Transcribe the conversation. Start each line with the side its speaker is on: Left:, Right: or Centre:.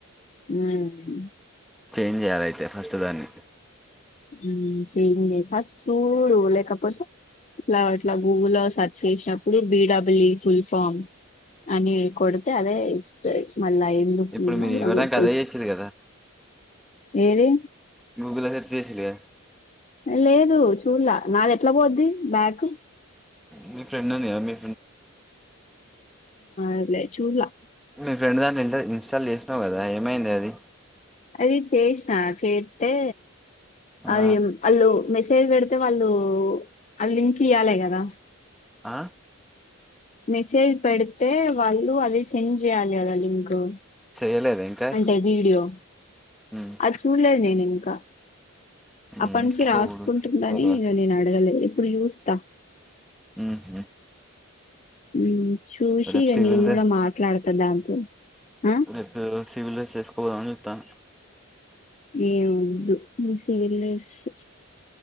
Left: ఉహు
Centre: చేంజ్ చేయాలి అయితే ఫస్ట్ దాన్ని
Left: ఊ చేంజ్ చెయ్ ఫస్ట్ చూడు లేకపోతె ఇట్లా ఇట్లా గూగుల్లో సెర్చ్ చేసినప్పుడు బిడబల్యి ఫుల్ ఫామ్ అని కొడతే అదే ఇస్తయ్ మల్లా ఎందుకు
Centre: ఇప్పుడు మీరు
Left: గూడ
Centre: ఇవ్వడానికి
Left: గొట్టేశి
Centre: అదే చేసిరు కదా
Left: ఏది
Centre: గూగుల్ల సెర్చ్ చేసిళ్ళు గా
Left: లేదు చూల్లా నాది ఎట్లా పోద్ది బ్యాకు
Centre: మీ ఫ్రెండ్ ఉందిగా మీ <unintelligible>
Left: అదిలే చూడలా
Centre: మీ ఫ్రెండ్ దంట్లో ఎంజాయ్ చేస్ తల్ చేసినవ్ కదా ఏమైంది అది
Left: అది చేస్నా చేత్తే
Centre: ఆ
Left: అది వాళ్ళు మెసేజ్ పెడితే వాళ్ళు ఆ లింకి ఇయ్యాలే కదా.
Centre: ఆ
Left: మెసేజ్ పెడితే వాళ్ళు అదే సెండ్ చేయాలి కదా లింకు
Centre: చేయలేద ఇంకా
Left: అంటే వీడియో
Centre: ఉమ్
Left: అది చూడలేదు నేని ఇంకా
Centre: ఉమ్
Left: అప్ప నుంచి
Centre: చూడు
Left: రాసుకుంటుందని
Centre: తర్వాత
Left: ఇగా నేను అడగలేదు. ఇప్పుడు చూస్తా
Centre: ఉహు
Left: ఉమ్ చూసి
Centre: రేపు
Left: ఇగా
Centre: సివిల్
Left: నిన్ కూడా మాట్లాడతదా దాంతో ఆ
Centre: నాకు సివిల్ డ్రెస్ చేసుకోదామని చెప్తా.
Left: సీనొద్దు మీ సివిల్ డ్రెసు